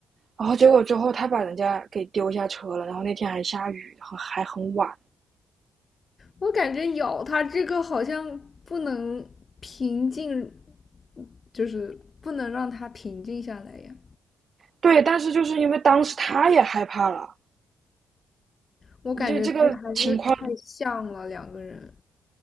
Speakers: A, on the right; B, on the left.
A: 然后结果之后他把人家给丢下车了，然后那天还下雨，很还很晚。
B: 我感觉咬他这个好像不能平静，就是不能让他平静下来呀。
A: 对，但是就是因为当时他也害怕了，
B: 我感觉是还是太像了两个人，
A: 就这个情况，